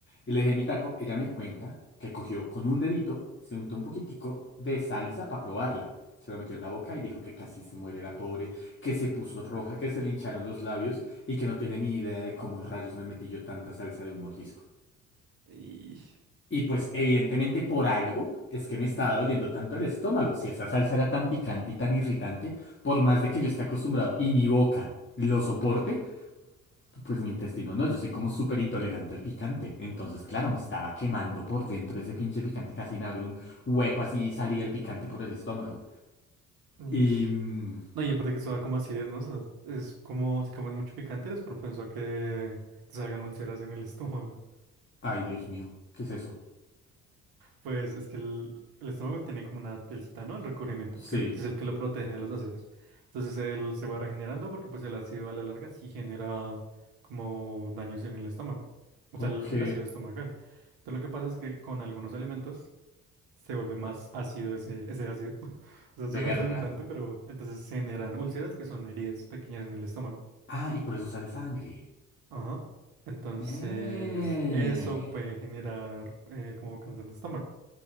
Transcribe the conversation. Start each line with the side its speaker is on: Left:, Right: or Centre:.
Left: Y le dejé mi taco. Ella me cuenta que cogió con un dedito, se untó un poquitico de salsa para probarla. Se lo metió en la boca y dijo que casi se muere la pobre, que se puso roja, que se le hincharon los labios y que no tiene ni idea de cómo rayos me metí yo tanta salsa de un mordisco.
Right: Y...
Left: Y pues evidentemente por algo es que me estaba doliendo tanto el estómago. Si esa salsa era tan picante y tan irritante, por más de que yo esté acostumbrado y mi boca lo soporte, pues mi intestino no, yo soy como súper intolerante al picante. Entonces, claro, me estaba quemando por dentro ese pinche picante, casi me abrió un hueco así y salía el picante por el estómago.
Right: Y-
Left: Y... mm,
Right: No, y aparte que eso da como acidez, ¿no? O sea, es como si comes mucho picante, eres propenso a que te salgan úlceras en el <laughs> estómago.
Left: Ay, Dios mío, ¿qué es eso?
Right: Pues es que el, el estómago tiene como una pielcita, ¿no? El recubrimiento,
Left: Sí,
Right: que el- es el que lo protege de los ácidos. Entonces él se va regenerando porque pues el ácido a la larga sí genera como daños en el estómago. O
Left: ok,
Right: sea, el, el ácido estomacal. Entonces lo que pasa es que con algunos alimentos se vuelve más ácido ese, ese ácido. <laughs> O sea, suena
Left: verga.
Right: <laughs> redundante, pero entonces se generan úlceras que son heridas pequeñas en el estómago.
Left: Ah, y por eso sale sangre.
Right: Ajá. Entonces,
Left: Eh.
Right: eso puede generar eh, como cáncer de estómago.